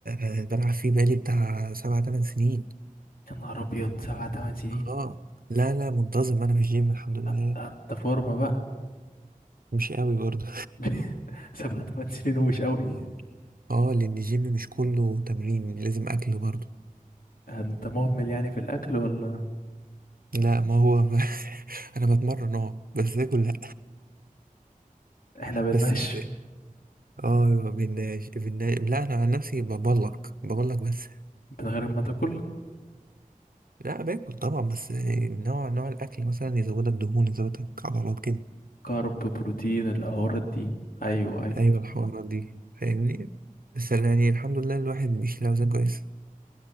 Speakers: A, on the right; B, on the left.
A: أنا بلعب فيه بقالي بتاع سبع تمن سنين
B: يا نهار أبيض سبع تمن سنين
A: اه لا لا منتظم انا في الجيم الحمد لله
B: لأ، أنت فورمة بقى
A: مش قوي برضه
B: <laughs> سبع تمن سنين ومش أوي
A: اه لان الجيم مش كله تمرين لازم اكل برضه
B: انت مهمل يعني في الاكل ولا
A: لا ما هو <laughs> انا بتمرن اه بس اكل لا
B: احنا بننشف
A: بس بس اه ما بيناش بيناش لا انا عن نفسي ببلك ببلك بس
B: من غير ما تاكل
A: لا باكل طبعا بس نوع نوع الاكل مثلا يزودك دهون يزودك عضلات كده
B: كارب بروتين الحوارات دي ايوه ايوه
A: ايوه الحوارات دي فاهمني بس يعني الحمد لله الواحد بيشيل اوزان كويس